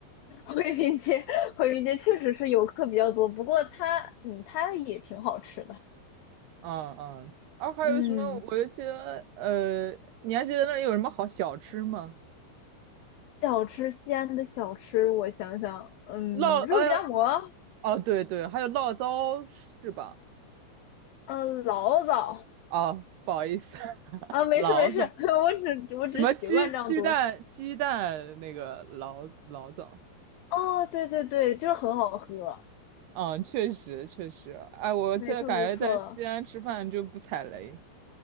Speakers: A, on the left (about 80°); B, on the right (about 70°).
A: 回民街，回民街确实是游客比较多，不过它，嗯，它也挺好吃的。
B: 嗯嗯，啊，还有什么？
A: 嗯，
B: 我就记得，呃，你还记得那里有什么好小吃吗？
A: 小吃，西安的小吃，我想想，嗯，
B: 醪，
A: 肉夹馍，
B: 呃，哦，对对，还有醪糟是吧？
A: 嗯，醪糟
B: 哦，不好意思，<laughs>
A: 啊，没事没事，
B: 醪糟，
A: <laughs> 我只我只习惯这样读。
B: 什么鸡鸡蛋鸡蛋那个醪醪糟。
A: 哦，对对对，就是很好喝，
B: 嗯，确实确实，哎，我现在感觉在西安吃饭就不踩雷。
A: 没错没错。